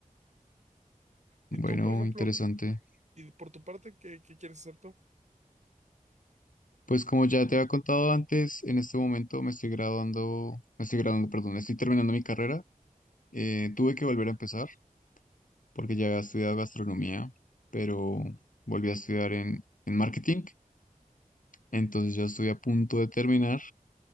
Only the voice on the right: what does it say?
Y tú, por ejemplo,
y por tu parte, ¿qué, qué quieres hacer tú?